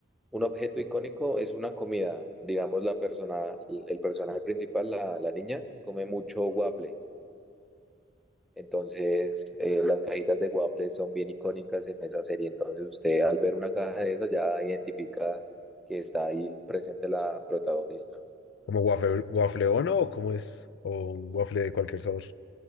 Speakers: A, in the centre; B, on the left (about 65°).
A: un objeto icónico es una comida. Digamos, la persona, el personaje principal, la, la niña, come mucho waffle Entonces, eh, las cajitas de waffles son bien icónicas en esa serie. Entonces, usted al ver una caja de esas ya identifica que está ahí presente la protagonista.
B: ¿Como waffle, waffle Ono o cómo es? ¿O un waffle de cualquier sabor?